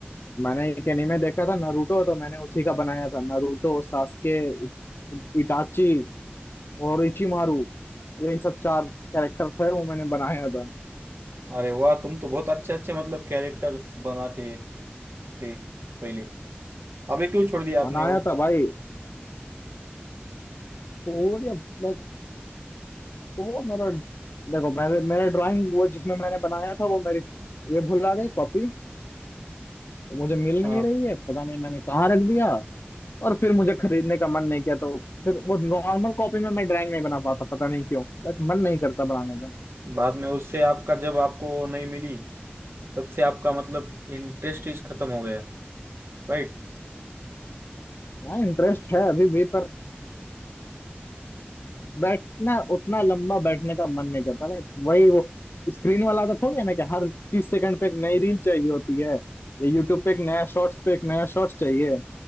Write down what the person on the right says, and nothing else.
अरे वाह तुम तो बहुत अच्छे अच्छे मतलब कैरेक्टर्स बनाते हैं थी पहले अबे क्यों छोड़ दिया आपने
वो
हाँ
बाद में उससे आपका जब आपको नहीं मिली तब से आपका मतलब इंटरेस्ट इस खत्म हो गया राइट